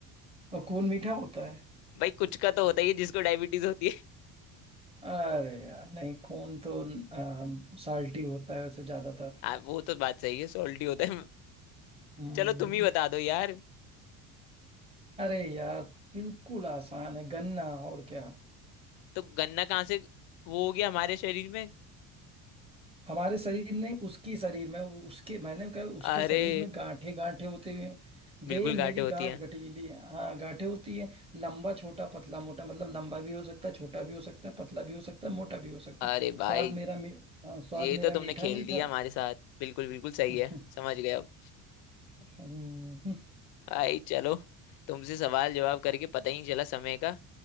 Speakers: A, on the right; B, on the left.
A: और खून मीठा होता है
B: भाई कुछ का तो होता ही है जिसको डायबिटीज होती है
A: अरे यार नहीं खून तो अम, साल्टी होता है वैसे ज्यादातर
B: आ, वो तो बात सही है सॉल्टी होता है
A: हम्म,
B: चलो तुम ही बता दो यार
A: अरे यार बिल्कुल आसान है गन्ना और क्या
B: तो गन्ना कहाँ से वो हो गया हमारे शरीर में
A: हमारे शरीर ने उसकी शरीर में उसके मैंने कहा उसके
B: अरे
A: शरीर में गांठे गांठे होते हुए
B: बिल्कुल
A: दे मेरी
B: गांठें होती
A: गांठ
B: हैं
A: गठीली है हाँ गांठे होती है लंबा छोटा पतला मोटा मतलब लंबा भी हो सकता है छोटा भी हो सकता है पतला भी हो सकता है मोटा भी हो सकता
B: अरे
A: है
B: भाई
A: स्वाद मेरा मी, हाँ, स्वाद
B: ये
A: मेरा
B: तो तुमने
A: मीठा
B: खेल
A: मीठा
B: दिया हमारे साथ बिल्कुल बिल्कुल सही
A: <laughs>
B: है समझ गए अब
A: हम्म,
B: भाई चलो तुमसे सवाल जवाब करके पता ही नहीं चला समय का